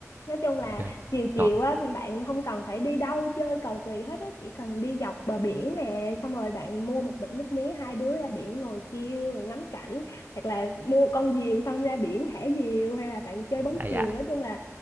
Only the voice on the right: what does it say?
Ô
Còn
à
da,